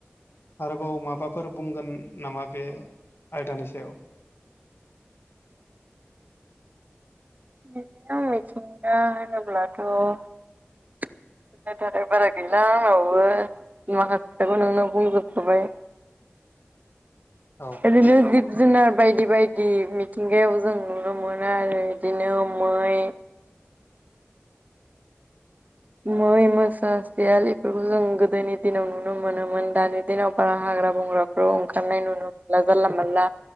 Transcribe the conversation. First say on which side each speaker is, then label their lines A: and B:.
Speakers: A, on the left (about 70°); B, on the right (about 40°).
A: आरोबाव माबाफोर बुंगोन नामा बे आयदानि सायाव
B: बिदिनो मिथिंगा होनोब्लाथ' <unintelligible> बारा गैला आंनावबो माखासे खोथाखौ नोंनो बुंजोबखाबाय
A: औ।
B: बिदिनो जिब जुनार बायदि बायदि मिथिंगायाव जों नुनो मोनो आरो बिदिनो मै मै मोसा सियाल इफोरखौ जों गोदोनि दिनाव नुनो मोनोमोन दानि दिनाव बारा हाग्रा बंग्राफ खौ ओंखारनाय नुनो मोनला जानला मोनला